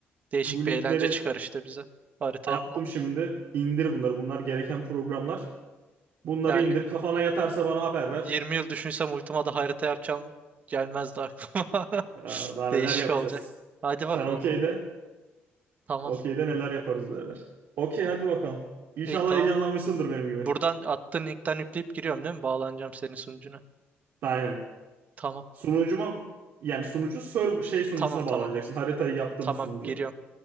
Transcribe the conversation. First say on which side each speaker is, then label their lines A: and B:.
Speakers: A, on the right (about 35°); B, on the right (about 65°).
A: Değişik
B: Bu
A: bir
B: linkleri
A: eğlence çıkar işte bize. Harita
B: attım
A: yapmak.
B: şimdi. İndir bunları. Bunlar gereken programlar. Bunları
A: Yani
B: indir. Kafana yatarsa bana haber ver.
A: 20 yıl düşünsem ultima harita yapacağım gelmezdi aklıma. <laughs>
B: Aa, Daha
A: Değişik
B: neler yapacağız.
A: olacak. Hadi
B: Sen
A: bakalım.
B: okey de.
A: Tamam.
B: Okey de neler yaparız beraber. Okey hadi bakalım. İnşallah
A: İyi tamam.
B: heyecanlanmışsındır benim gibi.
A: Buradan attığın linkten yükleyip giriyorum değil mi? Bağlanacağım senin sunucuna.
B: Aynen.
A: Tamam.
B: Sunucuma yani sunucu server şey sunucusuna
A: Tamam
B: bağlanacaksın.
A: tamam.
B: Haritayı yaptığımız
A: Tamam
B: sunucu.
A: giriyorum.